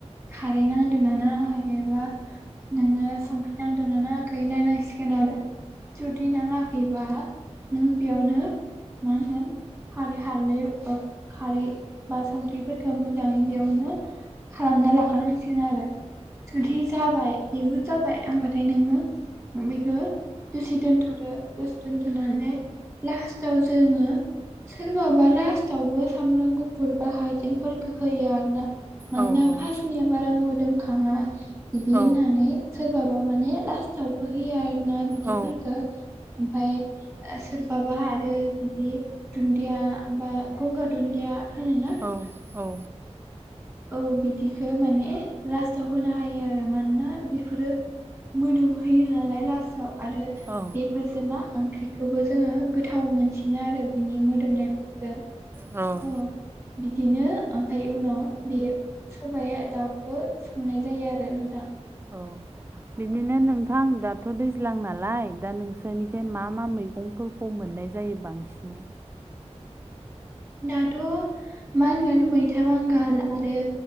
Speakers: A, in the centre; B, on the right (about 20°).
A: खारै नांदों नाडाखै बा नोङो संख्रि नांदोना नाडाखै। नायनांसिगोन आरो जुदि नाङाखैबा नों बेयावनो मा होनगोन खारै हालदै खारै बा संख्रिफोरखौ मोजाङै बेयावनो खालामना लाखानांसिगोन आरो। जाबाय बेबो जाबाय होमबाथाय नोङो बेखौ दसि दोनथ'दो दुसि दोनथ'नानै लास्टाव जोङो सोरबाबा लासटांबो सामब्राम गोफोरा बुरबा हाइजेंफोरखौ होयो आरो ना मानोना
B: औ
A: फासनिया
B: औ
A: बारा मोदोमखाङा बिदि
B: औ
A: होननानै सोरबाबा माने लास्टाव होयो आरोना बिदिफोरखौो
B: औ
A: ओमफाय सोरबाबा आरो बिदि दुन्दिया बा गंगार दुन्दिया होयो ना
B: औ औ।
A: औ बिदिखो माने लास्टाव होनो हायो आरो मानोना बेफोरो मोदोम होयो नालाय लास्टाव आरो
B: औ
A: बेफोरजों मा ओंख्रिखौबो जोङो गोथाव मोनसिनो आरो ना बिनि मोदोमनायफोर
B: औ।
A: अ बिदिनो ओमफ्राय उनाव बे सबाइ दाउखौ संनाय जायो आरो नोंथां।
B: औ। बिदिनो नोंथां दाथ' दैज्लां नालाय दा नोंसोरनिफ्राय मा मा मैगंफोरखौ खम मोननाय जायो बांसिनै
A: दाथ' मा होनगोन मैथा बांगाल आरो